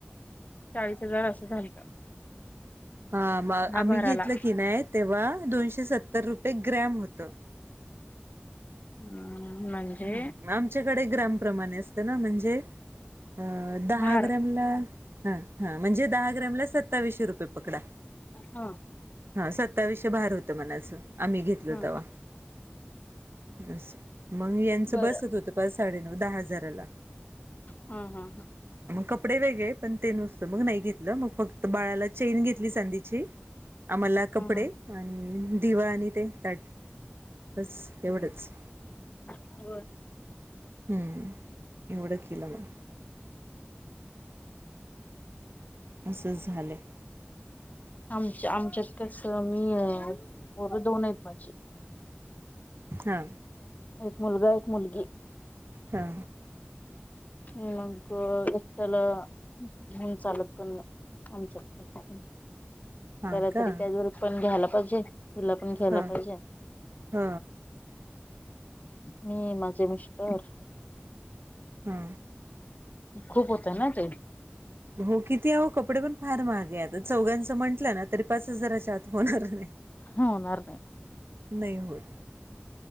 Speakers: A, on the left; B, on the right.
A: चाळीस हजार असं झालत
B: ह
A: दहा
B: आम्ही
A: बाराला
B: घेतलं की नाही तेव्हा दोनशे सत् तर रुपये ग्रॅम होतं
A: हम्म म्हणजे
B: हम्म आमच्या कडे ग्राम प्रमाणे असत ना? म्हणजे अ दहा
A: भार
B: ग्रॅमला ह ह म्हणजे दहा ग्रॅमला सत्तावीशे रुपये पकडा.
A: हा
B: हा सत्तावीश्य भार होतं मनाचं. आम्ही घेतलं
A: हा
B: तवा बस. मग यांचं
A: बरं
B: बसत होत पाच साडेनऊ दहा हजाराला
A: हा हा हा
B: मग कपडे वेगळे पण ते नुसतं मग नाही घेतलं मग फक्त बाळाला चेन घेत ली चांदीची. आम्हाला कपडे
A: ह
B: आणि ह ह दिवा आणि ते ताट बस एवढंच.
A: बर.
B: हम्म एवढं केलं न अस झालय.
A: आमच्या आमच्यात कसं मी मुल दोन आहेत माझी.
B: हा.
A: एक मुलगा एक मुलगी.
B: हा.
A: ह मग चला. हम चालत पण नाही आमच्यात पण.
B: हा
A: कला
B: का
A: तरी त्यावर पण घ्यायला अजय तिला पण घ्यायला
B: ह
A: पाहिजे.
B: ह
A: मी माझे मिस्टर.
B: हा
A: खूप होतं ना ते.
B: हो किती आहो कपडे पण फार महागे आता चौघांचं म्हटलं ना तरी पाच हजाराच्या आत होणार नाही.
A: हा होणार नाही.
B: नाही होत